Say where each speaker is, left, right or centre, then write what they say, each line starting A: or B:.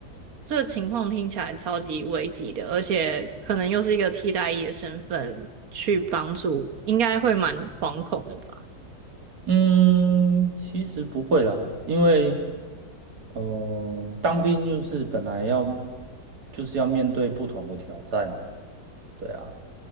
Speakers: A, on the right (about 65°); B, on the right (about 80°).
A: 这个情况听起来超级危急的，而且可能又是一个替代役的身份去帮助，应该会蛮惶恐的吧？
B: 嗯，其实不会啦，因为呃，当兵就是本来要就是要面对不同的挑战，对啊。